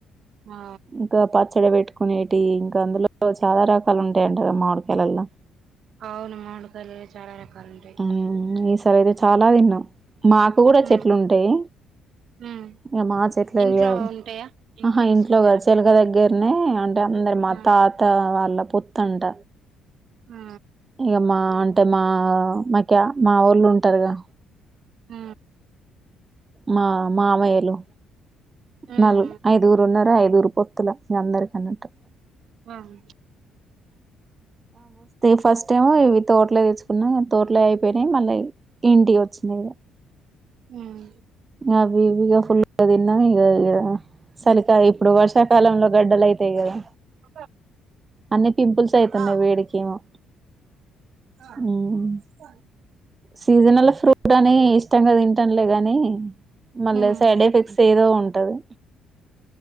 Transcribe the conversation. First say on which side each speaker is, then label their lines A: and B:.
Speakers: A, on the right; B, on the right.
A: ఆ
B: ఇంకా పచ్చడి పెట్టుకునేటి ఇంకా అందులో. లో చాలా రకాలుంటాయి అంటగా మామిడికాయలల్లా.
A: ఆవును మామిడికాయలల్లో చాలా రకాలుంటాయి.
B: మ్మ్ ఈసారి అయితే చాలా తిన్నాం మాకు కూడా
A: ఉమ్
B: చెట్లు ఉంటాయి.
A: ఉమ్
B: ఇగ మా చెట్లేది
A: ఇంట్లో
B: <unintelligible>
A: ఉంటాయా
B: ఆహా
A: వేసుకున్నారా
B: ఇంట్లో గాదు చెలక దగ్గే. నే అంటే అందరి మా
A: ఉమ్
B: తాత వాళ్ళ పొత్తంట.
A: ఆ
B: ఇగా మా అంటే మా మైక్య మావోళ్ళు ఉంటారుగా.
A: ఆ
B: మా మామయ్యలు
A: ఉమ్
B: నాలుగు ఐదుగురు ఉన్నారు ఐదుగురు పొ తుల మీ అందరకి ఆన్నట్టు
A: ఉమ్ ఉమ్
B: ఫస్ట్ టైమ్ ఇవి తోటలే తెచ్చుకున్నా తోటలో అయిపో పోయినాయి మళ్ళీ ఇంటికి వచ్చినాయి ఇగ
A: ఉమ్ ఉమ్
B: అవి ఇవి ఫుల్ గా తిన్నా ఇగ ఇగ చలికా ఇప్పుడు వర్షాకాలంలో గడ్డలు అయితాయి కదా
A: హు
B: అన్ని పింపుల్స్ అయితున్నాయి
A: హా
B: వేడికేమో
A: <unintelligible>
B: ఉమ్. సీజనల్ ఫ్రూట్ అని ఇష్టంగా తింటంలే గాని మళ్ళీ
A: ఉమ్
B: సైడ్ ఎఫెక్ట్స్ ఏదో ఉంటది